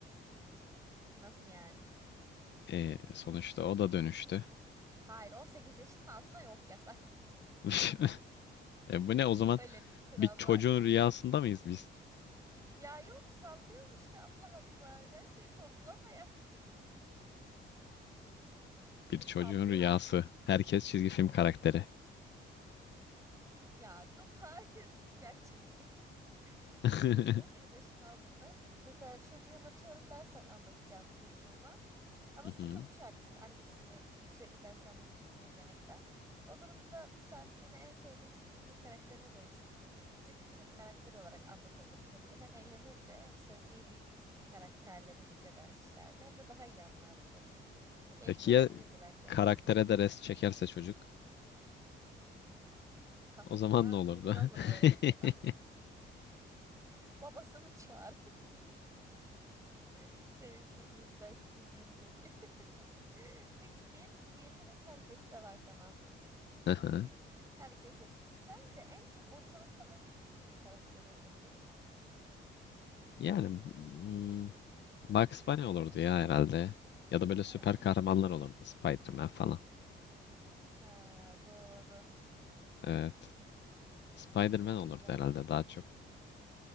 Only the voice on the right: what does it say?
nasıl yani?
Hayır, 18 yaşının altına yok yasak.
<laughs>
Öyle bir kural
var.
Ya yok sallıyoruz işte Allah Allah. Her şeyi sorgulama ya.
<laughs> Sallıyor.
Ya yok hayır. <laughs> Gerçek bu. <laughs>
İşte 18
yaşın altına e, mesela çocuğum atıyorum ders anlatacağım çocuğuma. Ama
sıkılmış artık annesini sürekli ders anlatmasını dinlemekten. O durumda bir saatliğine en sevdiği çizgi film karakterine dönüşüp çizgi film karakteri olarak anlatırdım konuyu. Hem eğlenirdi hem sevdiği bir karakterle birlikte ders işlerdi hem de daha iyi anlardı konuyu. Keyifli
olabilirdi
bence.
Kafasına
vurura vura öğretirim
artık. <laughs> Babasını çağır. <laughs> Senin çocuğun ders dinlemiyor diye. <laughs> Peki diyelim ki bu yetenek herkeste var tamam mı?
Herkes yapıp. Sence en çok ortalıkta hangi çizgi film karakteri olurdu?
Değil
mi?
Ha, doğru.
Dönüşebilirler.